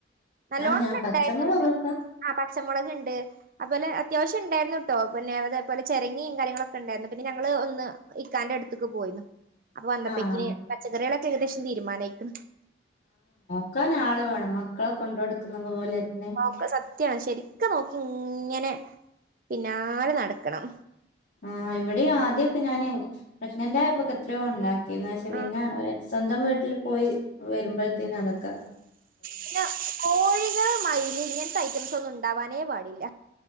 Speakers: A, on the right (about 50°); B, on the left (about 75°).
A: നല്ലോണംണ്ടായിരുന്നുട്ട
B: ആഹ് ഞാൻ പച്ചമുളകൊക്കെ
A: പച്ചമുളക് ഉണ്ട് അതുപലെ അത്യാവശ്യം ഉണ്ടായിരുന്നു കേട്ടോ പിന്നെ അതേപോലെ ചിരങ്ങിയും കാര്യങ്ങളൊക്കെ ഉണ്ടായിരുന്നു പിന്നെ ഞങ്ങള്ൾ ഒന്ന് ഇക്കാൻന്റെ അടുത്തേക്ക് പോയിന്ന അപ്പൊ വന്നപ്പേക്ക്ന്
B: ആഹ്
A: പച്ചക്കറികളൊക്കെ ഏകദേശം തീരുമാനയ്ക്ക്ണ്
B: ക്കാനാള് വേണം മക്കളെ കൊണ്ടട്ക്ക്ന്ന പോലെ തന്നെ
A: ആഹ് ഒക്കെ സ ത്യാണ് ശരിക്ക് നോക്കിങ്ങനെ പിന്നാലെ നട്ക്കണം
B: ആഹ് ഇവടിം ആദ്യൊക്കെ ഞാന് പ്രെഷ്നെന്റായപ്പൊക്കെത്രോ ണ്ടാക്കീര്ന്ന് പക്ഷെ
A: ആ
B: പിന്നെ <unintelligible> സ്വന്തം വീട്ട്ല് പോയി വെര്മ്പഴ്ത്തിനതക്കാ
A: പിന്നെ കോഴികൾ മയില് ഇങ്ങൻത്തെ ഐറ്റംസാെന്നും ണ്ടാവാനേ പാടില്ലാ